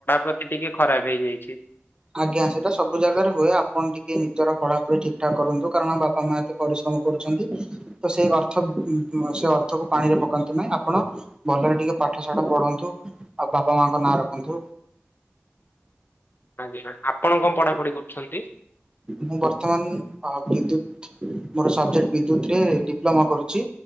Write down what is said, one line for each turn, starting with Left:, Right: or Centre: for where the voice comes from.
Left: ପଢା ଟିକେ ଖରାପ ହେଇଯାଇଛି।
Right: ଆଜ୍ଞା ସେଇଟା ସବୁ ଜାଗାରେ ହୁଏ ଆପଣ ଟିକେ ନିଜର ପଢାପଢି ଠିକ ଠାକ୍ କରନ୍ତୁ କାରଣ ବାପା ମା ଏତେ ପରିଶ୍ରମ କରୁଛନ୍ତି ତ ସେ ଅର୍ଥ ସେ ଅର୍ଥକୁ ପାଣିରେ ପକାନ୍ତୁ ନାହିଁ ଆପଣ ଭଲରେ ଟିକେ ପାଠ ସାଠ ପଢନ୍ତୁ ଆଉ ବାପା ମାଙ୍କ ନାଁ ରଖନ୍ତୁ।
Left: ଆଜ୍ଞା ଆପଣ କଣ ପଢାପଢି କରୁଛନ୍ତି?
Right: ମୁଁ ବର୍ତ୍ତମାନ ବିଦ୍ୟୁତ୍ ମୋର ସବଜେକ୍ଟ ବିଦ୍ୟୁତରେ ଡିପ୍ଲୋମା କରୁଛି